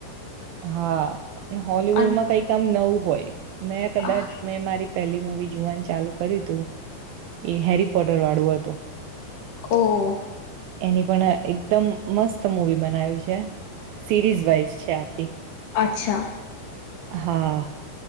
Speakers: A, on the right; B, on the left.
A: હા હોલવુડમાં
B: અને
A: કઈ કામ નવું હોય મેં કદાચ
B: હા
A: મેં મારી પહેલી મુવી જોવાનું ચાલુ કર્યું તું એ હેરી પોટર વાળું હતું
B: ઓહ
A: એની પણ એકદમ મસ્ત મૂવી બનાવી્યું છે સિરીઝ વાઈઝ છે
B: અચ્છા
A: હા